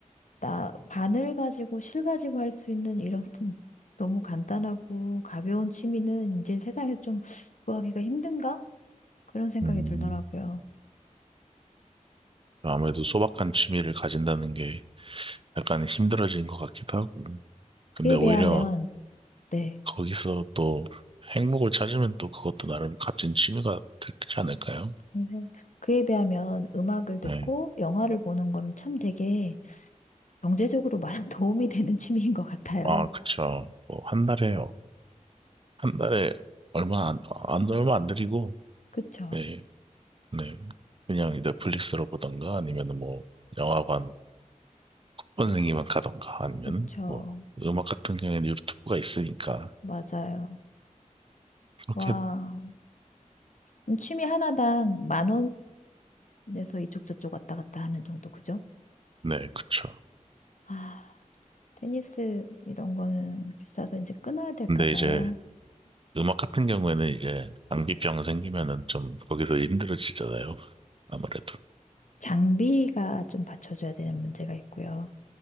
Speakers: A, on the left (about 65°); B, on the right (about 40°).
A: 나 바늘 가지고 실 가지고 할 수 있는 이런 <laughs> 너무 간단하고 가벼운 취미는 이제 세상에 좀 구하기가 힘든가? 그런 생각이
B: 음,
A: 들더라고요.
B: 아무래도 소박한 취미를 가진다는 게 약간 힘들어진 것 같기도 하고.
A: 그에
B: 근데 오히려
A: 비하면, 네.
B: 거기서 또 행복을 찾으면 또 그것도 나름 값진 취미가 되지 않을까요?
A: 선생- 그에 비하면 음악을 듣고
B: 네.
A: 영화를 보는 건 참 되게 경제적으로 많은 <laughs> 도움이 되는 취미인 것 같아요.
B: 아, 그쵸. 뭐한 달에, 한 달에 얼마 안, 아, 안, 얼마 안 드리고,
A: 그쵸.
B: 네. 네. 그냥 넷플릭스로 보던가 아니면 뭐 영화관 선생님만 가던가 아니면
A: 그쵸.
B: 뭐 음악 같은 경우에는 유튜브가 있으니까
A: 맞아요.
B: 그렇게
A: 와. 그럼 취미 하나당 만 원에서 이쪽 저쪽 왔다 갔다 하는 정도, 그죠?
B: 네 그쵸
A: 아, 테니스 이런 거는 비싸서 이제 끊어야 될까
B: 근데
A: 봐요.
B: 이제 음악 같은 경우에는 이제 장기병 생기면은 좀 거기서 힘들어지잖아요 아무래도
A: 장비가 좀 받쳐줘야 되는 문제가 있고요.